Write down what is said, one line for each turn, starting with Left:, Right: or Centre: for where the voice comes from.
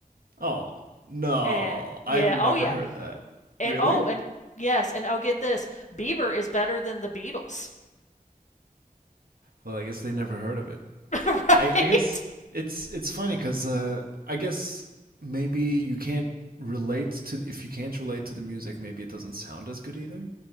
Right: Oh no,
Left: And yeah,
Right: I've never
Left: oh yeah,
Right: heard that.
Left: and
Right: Really?
Left: oh, and yes, and oh, get this: Bieber is better than the Beatles,
Right: Well, I guess they never heard of it.
Left: <laughs>
Right: I I guess
Left: right?
Right: it's it's funny because uh, I guess maybe you can't relate to if you can't relate to the music, maybe it doesn't sound as good either.